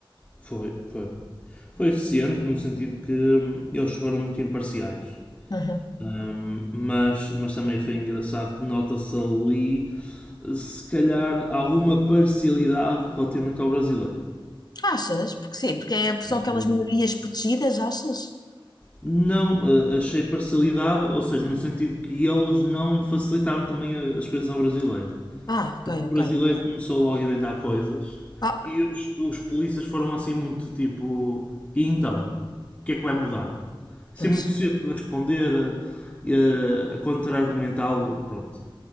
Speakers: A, on the left; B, on the left.
A: Foi, foi. Foi eficiente no sentido que hum, eles foram muito imparciais.
B: Uhum.
A: Hum, mas, mas também foi engraçado que nota-se ali, se calhar, alguma parcialidade relativamente ao brasileiro.
B: Achas? Porque sim, porque é- são
A: Achei.
B: aquelas minorias protegidas, achas?
A: Não, eh, achei parcialidade, ou seja, no sentido que eles não facilitaram também a- as coisas ao brasileiro.
B: Ah, ok,
A: o brasileiro
B: ok. ok.
A: começou logo a inventar coisas
B: Ah,
A: e os, os polícias foram assim muito tipo, e então? O que é que vai mudar? Assim
B: pois.
A: muito cedo a responder, a, a- a contra-argumentá-lo, pronto.